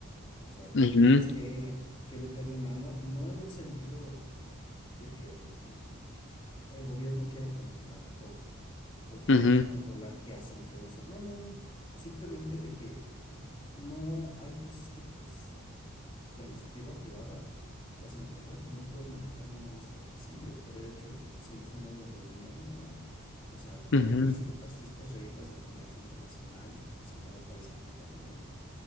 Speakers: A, on the left; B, on the left.
A: O sea, tú
B: ujú,
A: tienes que, que meterle mano, no en un sentido. de que mm, el gobierno quiera controlar todo o tenga
B: ujú,
A: que controlar qué hacen y qué no hacen. No, no, no. Simplemente de que no hay cosas que pues la iniciativa privada, las empresas pues no pueden manejar nada más porque sí o por el hecho de que pues, ellos son dueños del dinero, no. O sea, tienen
B: ujú.
A: que respetar ciertas reglas de comercio internacional y que pues en cada país aplica también.